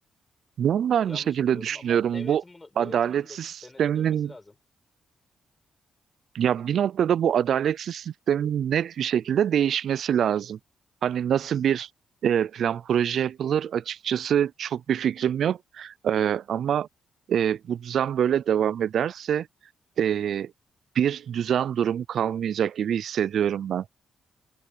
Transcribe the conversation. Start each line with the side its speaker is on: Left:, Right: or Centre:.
Right: Ben de aynı
Left: Yanlış
Right: şekilde
Left: buluyorum
Right: düşünüyorum.
Left: ama devletin
Right: Bu
Left: bunu
Right: adaletsiz
Left: devletin bunu de-
Right: sisteminin
Left: denetlemesi lazım.
Right: ya
Left: Aha.
Right: bir noktada bu adaletsiz sistemin net bir şekilde değişmesi lazım. Hani nasıl bir e, plan proje yapılır açıkçası çok bir fikrim yok. Ee, ama e, bu düzen böyle devam ederse e, bir düzen durumu kalmayacak gibi hissediyorum ben.